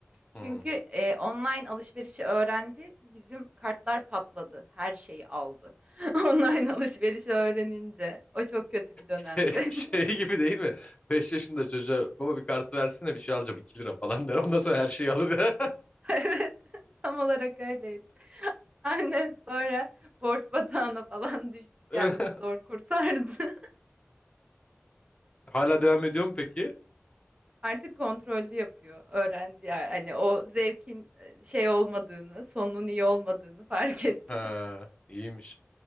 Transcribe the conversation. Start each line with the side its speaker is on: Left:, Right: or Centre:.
Left: Hmm.
Right: Çünkü e, online alışverişi öğrendi, bizim kartlar patladı, her şeyi aldı. <laughs> Online alışverişi öğrenince, o çok kötü bir dönemdi.
Left: <laughs> Şey
Right: <laughs>
Left: gibi değil mi? Beş yaşında çocuğa baba bir kartı versene bir şey alacağım 2 lira falan der. Ondan sonra her şeyi alır.
Right: Evet, tam olarak öyleydi. <laughs> Annem sonra borç batağına falan düştü,
Left: <laughs>
Right: kendini zor kurtardı.
Left: Hala devam ediyor mu peki?
Right: <laughs> Artık kontrollü yapıyor, öğrendi yani. Hani o zevkin e, şey olmadığını, sonunun iyi olmadığını fark etti.
Left: Ha, iyiymiş.